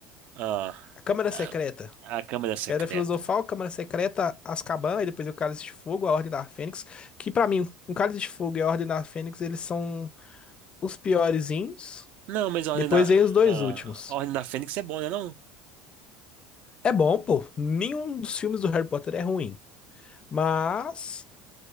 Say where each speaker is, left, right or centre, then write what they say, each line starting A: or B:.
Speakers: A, on the right; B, on the left.
A: Ah,
B: A Câmara
A: a,
B: Secreta.
A: a Câmara Secreta.
B: Pedra Filosofal, Câmara Secreta, Azkaban e depois o Cálice de Fogo, a Ordem da Fênix. Que pra mim, o Cálice de Fogo e a Ordem da Fênix, eles são os piorezinhos.
A: Não, mas a Ordem
B: Depois
A: da,
B: vem os dois
A: ah,
B: últimos.
A: a Ordem da Fênix é bom, né? Não?
B: É bom, pô. Nenhum dos filmes do Harry Potter é ruim. Mas